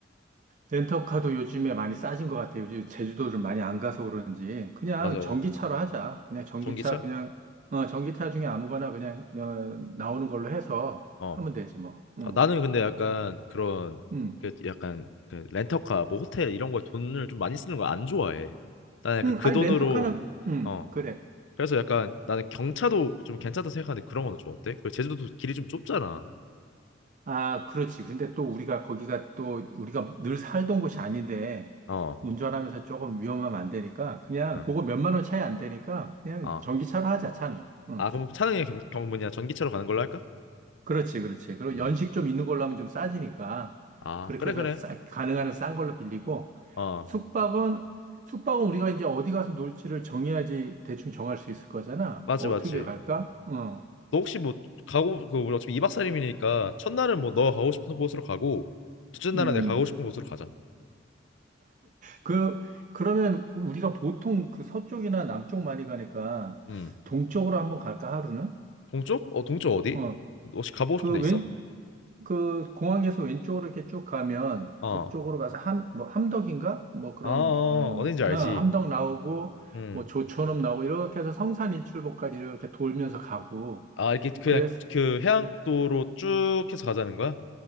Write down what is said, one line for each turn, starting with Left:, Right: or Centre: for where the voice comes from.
Right: 렌터카도 요즘에 많이 싸진 것 같아. 요즘 제주도를 많이 안 가서 그런지. 그냥
Left: 맞아,
Right: 전기차로
Left: 맞아.
Right: 하자. 그냥 전기차,
Left: 전기차?
Right: 그냥, 어, 전기차 중에 아무거나 그냥, 어, 나오는 걸로 해서
Left: 어.
Right: 하면 되지 뭐. 응,
Left: 아, 나는 근데 약간 그런
Right: 응.
Left: 그 약간 그 렌터카 뭐 호텔 이런 거에 돈을 좀 많이 쓰는 거 안 좋아해. 나는 약간
Right: 응,
Left: 그
Right: 아니,
Left: 돈으로
Right: 렌터카는, 응,
Left: 어.
Right: 그래.
Left: 그래서 약간 나는 경차도 좀 괜찮다 생각하는데 그런 거는 좀 어때? 그 제주도도 길이 좀 좁잖아.
Right: 아, 그렇지. 근데 또 우리가 거기가 또 우리가 늘 살던 곳이 아닌데
Left: 어.
Right: 운전하면서 조금 위험하면 안 되니까 그냥
Left: 어.
Right: 그거 몇만 원 차이 안 되니까 그냥
Left: 어.
Right: 전기차로 하자, 차는. 응.
Left: 아 그럼 차량이 경, 경 뭐냐 전기차로 가는 걸로 할까?
Right: 그렇지, 그렇지. 그리고
Left: 음.
Right: 연식 좀 있는 걸로 하면 좀 싸지니까
Left: 아
Right: 그렇게
Left: 그래
Right: 해서
Left: 그래
Right: 싸, 가능한 한싼 걸로 빌리고
Left: 어
Right: 숙박은 숙박은 우리가 이제 어디 가서 놀지를 정해야지 대충 정할 수 있을 거잖아.
Left: 맞지
Right: 어떻게
Left: 맞지
Right: 갈까? 어.
Left: 너 혹시 뭐 가고 그 우리 어차피 이박 삼일이니까 첫날은 뭐 너 가고 싶은 곳으로 가고 둘째 날은
Right: 음.
Left: 내가 가고 싶은 곳으로 가자
Right: 그, 그러면 우리가 보통 그 서쪽이나 남쪽 많이 가니까
Left: 너어음
Right: 동쪽으로 한번 갈까, 하루는?
Left: 동쪽? 어 동쪽 어디?
Right: 어,
Left: 너 혹시 가보고
Right: 그
Left: 싶은 데
Right: 왼,
Left: 있어?
Right: 그 공항에서 왼쪽으로 이렇게 쭉 가면
Left: 어 아
Right: 그쪽으로
Left: 어,
Right: 가서 함, 뭐 함덕인가? 뭐 그런,
Left: 아 어, 어.
Right: 어,
Left: 어딘지 알지
Right: 어, 함덕 나오고
Left: 음아
Right: 뭐 조천읍 나오고 이렇게 해서 성산 일출봉까지 이렇게 돌면서 가고
Left: 이렇게 그냥
Right: 그래서,
Left: 그 해안도로 쭉 해서 가자는 거야?